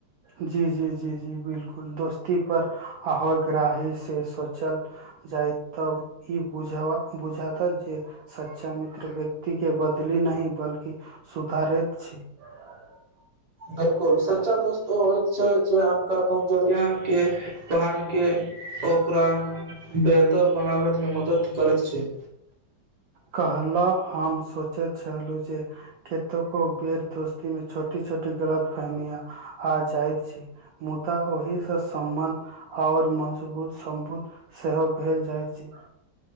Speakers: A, on the right; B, on the right.
A: जी -जी -जी- जी बिलकुल दोस्ती पर आ ग्रहिी से सोचल जाय तब ई बुझ बुझात जे सच्चा मित्र व्यक्ति के बदली नही बल्कि। सुधारैत छी। <unintelligible>
B: बिलकुल सच्चा दोस्त ओ होइत छै जे अनका कमजोरिय के पहानी के ओकरा बेहतर बनाबयत मे मदद करैत छै।
A: कहलहु हम सोचैत छलहुँ जे केतबो बेर दोस्तीमे छोटी छोटी गलत फहमिया आ जाइत छै मुदा ओहिसँ सम्बन्ध आऔर मजबूत सम्भुत सेहो भेल जाइत छै।